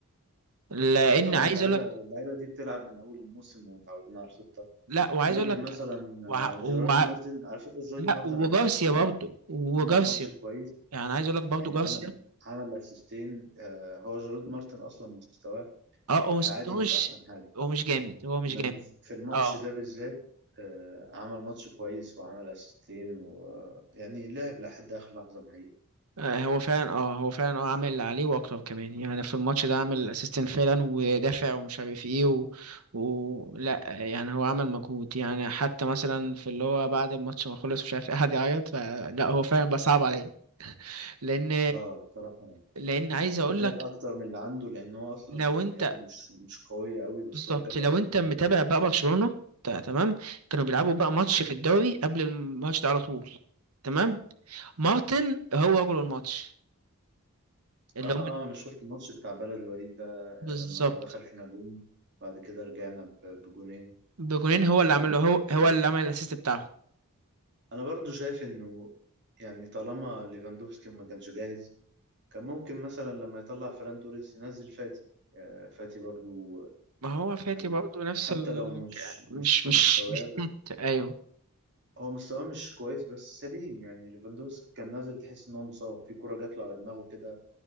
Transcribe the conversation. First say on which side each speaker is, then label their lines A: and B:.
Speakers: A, on the right (about 85°); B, on the right (about 55°).
A: لان
B: اه طبعا
A: عايز
B: اللعيبه
A: اقول لك
B: اللعيبه دي بتلعب من اول الموسم ومتعودين على الخطه
A: لا وعايز
B: غير
A: اقول لك
B: مثلا آه،
A: وع... وع...
B: جيرارد مارتن على فكره جيرارد
A: لا
B: مارتن
A: وجارسيا
B: انا شايف ان هو
A: برضه وجارسيا
B: عمل ماتش كويس
A: يعني عايز اقول لك برضه
B: يعني
A: جارسيا
B: عمل عمل اسيستين آه، هو جيرارد مارتن اصلا مستواه
A: اه
B: في
A: هو مش
B: العادي
A: هو
B: مش
A: مش
B: احسن حاجه
A: هو مش جامد هو مش
B: انما
A: جامد
B: في الماتش
A: اه
B: ده بالذات آه، عمل ماتش كويس وعمل اسيستين ويعني لعب لحد اخر لحظه الحقيقه
A: آه، هو فعلا اه هو فعلا اه عامل اللي عليه واكتر كمان يعني في الماتش ده عامل اسيستنت فعلا ودافع ومش عارف ايه و... و... لا يعني هو عمل مجهود يعني حتى مثلا في اللي هو بعد الماتش ما خلص مش عارف ايه قعد يعيط فلا هو فعلا بقى صعب عليا لان
B: اه بصراحه
A: لان عايز اقول
B: جاب
A: لك
B: اكتر من اللي عنده لان هو اصلا
A: لو
B: امكانياته
A: انت
B: مش مش قويه قوي بس
A: بالظبط
B: هو جاب
A: لو
B: اكتر
A: انت
B: من اللي
A: متابع
B: عنده
A: بقى برشلونة تا- تمام كانوا بيلعبوا بقى ماتش في الدوري قبل الماتش ده على طول تمام مارتن هو رجل الماتش اللي
B: اه
A: هم
B: اه انا شفت الماتش بتاع بلد الوليد ده
A: بالظبط
B: لما دخل فينا جون بعد كده رجعنا ب- بجونين
A: بجونين هو اللي
B: آه،
A: عمله هو هو اللي عمل الاسيست بتاعه
B: انا برضو شايف انه يعني طالما ليفاندوفسكي ما كانش جاهز كان ممكن مثلا لما يطلع فران توريس ينزل فاتي آه، فاتي برضو
A: ما هو فاتي
B: أم-
A: برضه نفس
B: حتى
A: ال
B: لو مش
A: ك-
B: مش
A: مش
B: في
A: مش
B: مستواه
A: مش <laughs>
B: بس
A: نوت ايوه
B: هو مستواه مش كويس بس سليم يعني ليفاندوفسكي كان نازل تحس ان هو مصاب في كرة جات له على دماغه كده